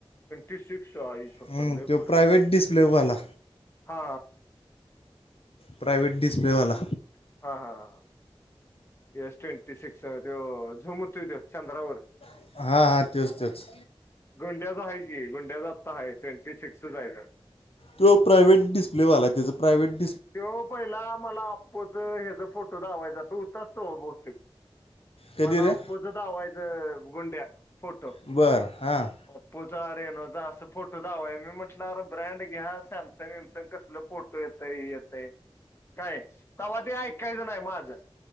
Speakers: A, on the left; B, on the left.
A: सावीस आई शप्पत
B: हम्म,
A: लई
B: तो
A: पुढे
B: प्रायव्हेट
A: गेला
B: डिस्प्लेवाला
A: हा
B: प्रायव्हेट डिस्प्लेवाला
A: ब हा हास ट्वेंटी सिक्स. त झूम होतय चंद्रावर
B: हां हां तोच तोच
A: गंड्याचा आहै. गुंड्या जातता हाय सेंटरी सिक्स जायला <inaudible>
B: तो प्रायव्हेट डिस्प्ले वाला आहे त्याचा. प्रायव्हेट
A: त पहिला मला आपपोच ह्याचा फोटो दधावायचा तो होत असतो मोस्टली.
B: कधी
A: मला
B: रे
A: आप्पोच धवायचं गुंड्या फोटो
B: बरं हां
A: आपपपो. अरे न असं फोटो दधावा आहे मी म्हटलं अर ब्रँड घ्या सॅमसंग वॅमसंग कस. आपलं फोटो येतय येतय काय सव तेी ऐकायचं नाही माझं.